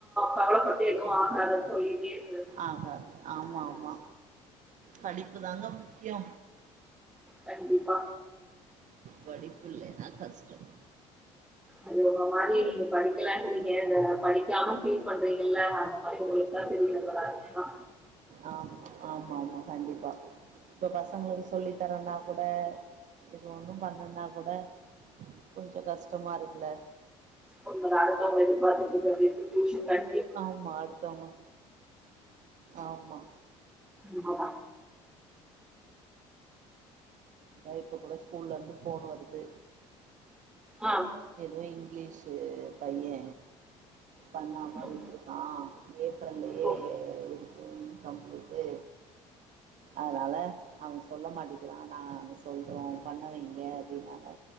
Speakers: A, in the centre; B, on the right.
A: கவலைப்பட்டு எதுவு ஆகாது சொல்லிட்டேருக்கறது
B: ஆகாது ஆமா ஆமா படிப்பு தாங்க முக்கியோ
A: கண்டிப்பா
B: படிப்பு இல்லைன்னா கஷ்டம்
A: அது உங்க மாரி நீங்க படிக்கலன்றீங்க படிக்காம ஃபீல் பண்றீங்கல்ல அந்த மாரி உங்களுக்கு நல்லா தெரியு போல அதுக்கு தா
B: ஆமா ஆமா ஆமா கண்டிப்பா இப்ப பசங்களுக்கு சொல்லி தரன்னா கூட இது ஒண்ணும் பண்ணல்னா கூட கொஞ்ச கஷ்டமா இருக்குல்ல
A: ஒன்னு நடத்த எதிர்பார்த்துட்ருக்கறது ட்யூஷன்
B: ஆமா அடுத்தவுங்க ஆமா
A: ஆமா
B: தா இப்ப கூட ஸ்கூல்ல இருந்து ஃபோன் வருது
A: ஆ
B: எதுவு இங்கிலீஷு பைய பண்ணாம
A: ம்.
B: விட்டுருக்கா ஏப்ரல்லயே
A: ஓ
B: இருக்கு இன்கம்ப்ளீட்டு அதனால அவுங்க சொல்ல மாட்டிக்கிறா நாங்க சொல்றோ பண்ண வைங்க அப்டின்னாங்க